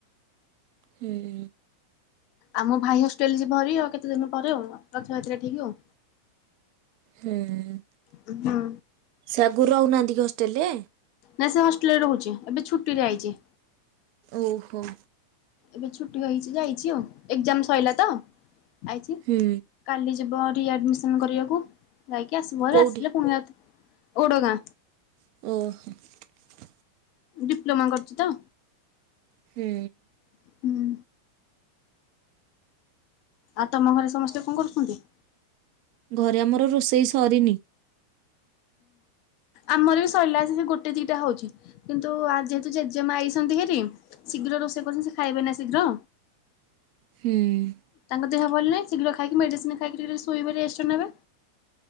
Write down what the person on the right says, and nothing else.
ହୁଁ ହୁଁ
ହୁଁ
ସାଗରୁ ରହୁନାହାନ୍ତି କି ହଷ୍ଟେଲ ରେ।
ଓହୋ।
ହୁଁ
କୋଉଠି?
ଓହୋ।
ହୁଁ।
ଘରେ ଆମର ରୋଷେଇ ସରିନି।
ହୁଁ।